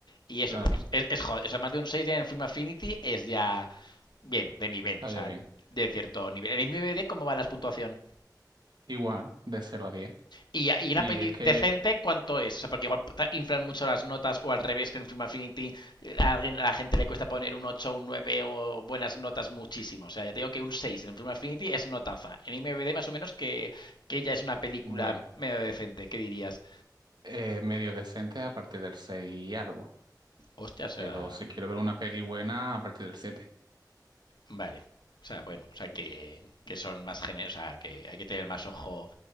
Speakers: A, on the left; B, on the right.
A: y eso,
B: claro,
A: porque es, es joder. O sea, más de un 6 ya en Film Affinity es ya bien, de nivel,
B: estaría
A: o sea,
B: bien.
A: de cierto nivel. En IMDb, ¿cómo va la puntuación?
B: Igual, de cero a diez
A: Y, y, una
B: Y
A: peli
B: es que,
A: decente, ¿cuánto es? O sea, porque igual inflan mucho las notas o al revés que en Film Affinity eh, a, a la gente le cuesta poner un 8, un 9 o buenas notas muchísimo. O sea, ya te digo que un 6 en Film Affinity es notaza. En IMDb más o menos que, que ya es una película
B: bueno,
A: medio decente. ¿Qué dirías?
B: eh, medio decente a partir del 6 y algo.
A: Hostia, o sea,
B: Pero si quiero ver una peli buena, a partir del siete.
A: vale. O sea, bueno, o sea, que, que son más generosos, o sea, que hay que tener más ojo